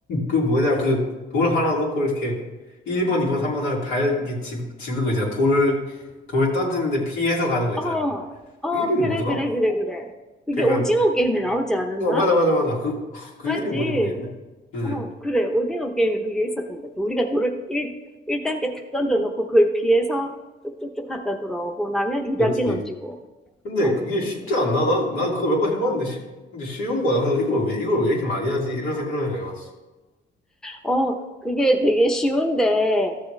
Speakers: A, on the left; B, in the centre.
A: 그 뭐냐, 그 돌 하나 놓고 이렇게, 1번, 2번, 3번 하면 발, 이렇게 집, 집는 거 있잖아. 돌, 돌 던지는데 피해서 가는 거 있잖아.
B: 어, 어,
A: 그 이름이
B: 그래,
A: 뭐더라?
B: 그래, 그래, 그래. 그게
A: 그니까,
B: 오징어 게임에 나오지 않았나?
A: 어, 맞아, 맞아, 맞아. 그, 그
B: 맞지?
A: 이름이 뭔지 모르겠네. 응,
B: 어, 그래. 오징어 게임에 그게 있었던 것 같아. 우리가 돌을 1, 일단계탁 던져놓고 그걸 피해서 쭉쭉쭉 갔다 돌아오고 나면 2단계
A: 그치.
B: 던지고.
A: 근데
B: 맞아,
A: 그게
B: 그게
A: 쉽지
B: 있었어.
A: 않나? 난, 난 그거 몇 번 해봤는데 쉽, 근데 쉬운 거야. 그래서 이걸 왜, 이걸 왜 이렇게 많이 하지? 이런, 생- 이런 생각 해봤어.
B: 어, 그게 되게 쉬운데